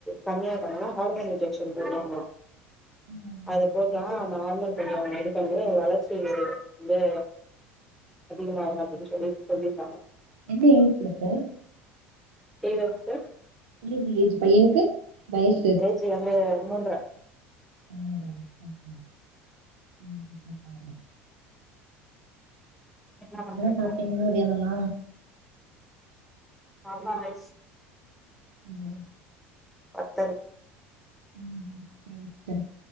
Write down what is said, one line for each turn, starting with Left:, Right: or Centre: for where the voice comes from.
Centre: கம்மியா பண்ணான்னா ஹார்மோன் இன்ஜெக்ஷன் போடுவாங்லா
Right: ம்
Centre: அது போட்டோனா
Right: ம்.
Centre: நார்மல் கொஞ்சோ இது பண்ணி வளர்ச்சி வந்து அதிகமாவு அப்டின்னு சொல்லி சொல்லிருக்காங்க
Right: என்ன ஏஜ் சிஸ்டர்
Centre: கேக்குதா சிஸ்டர்
Right: ஏஜ் ஏஜ் பையனுக்கு வயசு
Centre: ஏஜ் வந்து மூன்ற
Right: மூன்றையா ஓகே சிஸ்டர் <unintelligible> பாருங்க
Centre: என்ன பண்றீங்க
Right: சாப்ட்டீங்க மதியானம்லா
Centre: சாப்பாடு
Right: ம்
Centre: பத்தல்
Right: ம் சரி சிஸ்டர்